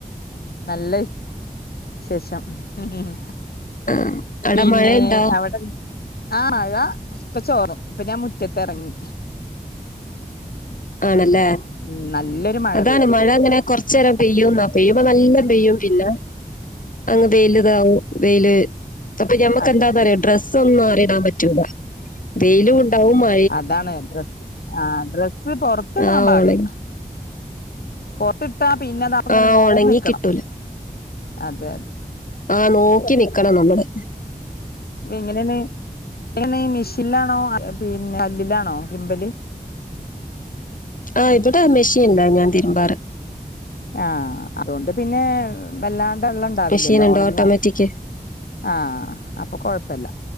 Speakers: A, on the left (about 80°); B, on the left (about 60°).
A: നല്ലവി വിശേഷം ഉം ഉം
B: ആഹ് അവിടെ
A: പിന്നെ
B: മഴയുണ്ടോ
A: അവിടെ ആഹ് മഴ ഇപ്പ ചോറും ഇപ്പൊ ഞാൻ മുറ്റത്തിറങ്ങി
B: ആണല്ലേ
A: ഉം നല്ലൊരു മഴ
B: അതാണ്
A: പെയ്തു
B: മഴങ്ങനെ
A: ഇപ്പോ
B: കൊറച്ച് നേരം പെയ്യുന്നാ പെയ്യുമ്പ നല്ല പെയ്യും പിന്നെ അങ്ങ് വെയിലിതാവും വെയില് അപ്പൊ ഞമ്മക്ക്
A: അതെ
B: എന്താ പറയാ ഡ്രെസ്സ് ഒന്നും മാറിയിടാൻ പറ്റൂല വെയിലുണ്ടാവും മ
A: അതാണ് ഡ്രസ്സ് ആ ഡ്രസ്സ് പൊറത്തിടാൻ
B: ആഹ്
A: പാടില്ല.
B: ഒണങ്ങി
A: പൊറത്തിട്ടാ പിന്നെ നാം ഇങ്ങനെ
B: ആഹ്
A: നോം
B: ഒണങ്ങി
A: നിക്കണം
B: കിട്ടൂല
A: അതെ
B: ആ നോക്കി നിക്കണം നമ്മള്.
A: എങ്ങനെനീ നീ മിഷിലാണോ പിന്നെ കല്ലിലാണോ തിമ്പല്.
B: ആഹ് ഇവിടെ മെഷീനുണ്ട് ഞാൻ തിരുമ്പാറ്
A: ആഹ് അതുകൊണ്ട് പിന്നെ വല്ലാണ്ട് വെള്ളം ഉണ്ടാവില്ലല്ലോ,
B: മെഷീൻ ഉണ്ട്
A: ഉണങ്ങ
B: ഓട്ടോമാറ്റിക്
A: ആ അപ്പൊ കുഴപ്പില്ല.